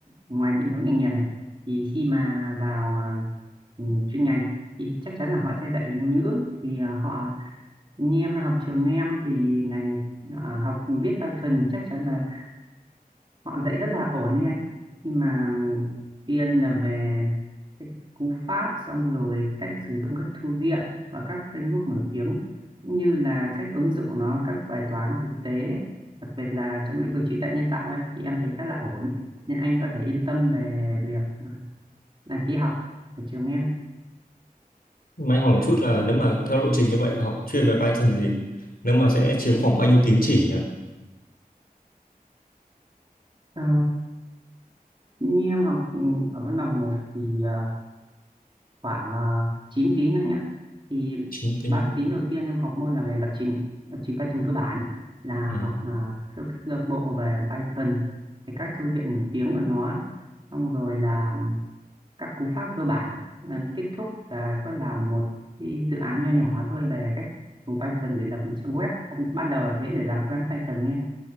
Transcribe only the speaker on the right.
ngoài định hướng nghề nghiệp này thì khi mà vào à, ừ, chuyên ngành thì chắc chắn là họ sẽ dạy về ngôn ngữ thì à, họ như em học trường em thì ngành à, học viết Python chắc chắn là họ dạy rất là ổn đấy anh nhưng mà tiên là về cái cú pháp xong rồi cách sử dụng các thư viện và các framework nổi tiếng cũng như là cách ứng dụng nó các bài toán thực tế đặc biệt là trong lĩnh vực trí tuệ nhân tạo ấy thì em thấy khá là ổn nên anh có thể yên tâm về việc đăng ký học ở trường em
Ờ, như em học ở văn bằng một thì ờ, khoảng uh, 9 tín anh ạ thì
ba tín đầu tiên em học môn là về lập trình lập trình Python cơ bản là
học à, sơ sơ bộ về Python về các thư viện nổi tiếng của nó xong rồi là các cú pháp cơ bản À, kết thúc là có làm một cái dự án nho nhỏ thôi về cách dùng Python để lập một trang web ban, ban đầu là thế để làm quen Python nhé